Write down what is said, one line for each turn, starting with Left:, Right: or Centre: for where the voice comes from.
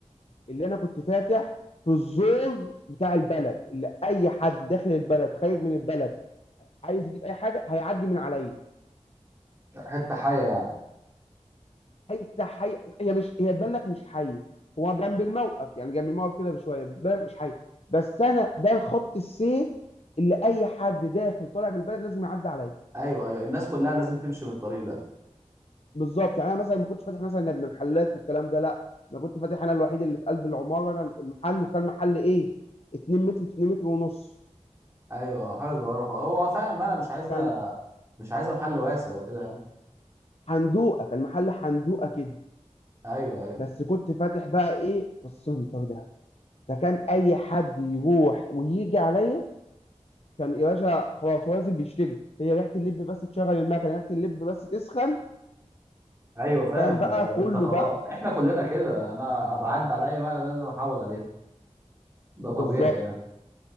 Left: اللي انا كنت فاتح في الزور بتاع البلد اللي اي حد داخل البلد خارج من البلد عايز يجيب اي حاجه هيعدي من عليا
Right: حته حيه يعني
Left: حته حي هي مش هي تبان لك مش حي هو جنب الموقف يعني جنب الموقف كده بشويه بتبان لك مش حي بس انا ده الخط السير اللي اي حد داخل طالع من البلد لازم يعدي عليا
Right: ايوه ايوه الناس كلها لازم تمشي بالطريق ده
Left: بالظبط يعني انا مثلا ما كنتش فاتح مثلا ابن محلات والكلام ده لا انا كنت فاتح انا الوحيد اللي في قلب العماره انا المحل وكان محل ايه 2 متر في 2 متر ونص
Right: ايوه حاجه صغيره خالص هو فعلا ما انا مش عايزه
Left: كان
Right: مش عايزه محل واسع وكده يعني.
Left: حندوقه كان محل حندوقه كده
Right: ايوه ايوه
Left: بس كنت فاتح بقى ايه في السنتر ده فكان اي حد يروح ويجي عليا كان يا باشا خلاص هو لازم بيشتري هي ريحه اللب بس تشغل المكنه ريحه اللب بس تسخن
Right: ايوه فاهم
Left: فاهم بقى
Right: آه،
Left: كله
Right: انت خلاص
Left: بقى
Right: احنا كلنا كده انا بعدي على اي مقلة لازم احاول عليها ده طبيعي
Left: بالظبط
Right: يعني